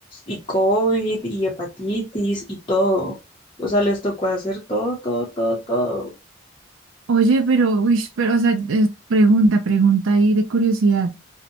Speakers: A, on the left; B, on the right.
A: y COVID, y hepatitis, y todo. O sea, les tocó hacer todo, todo, todo, todo.
B: Oye, pero, uy, pero, o sea, es pregunta, pregunta ahí de curiosidad.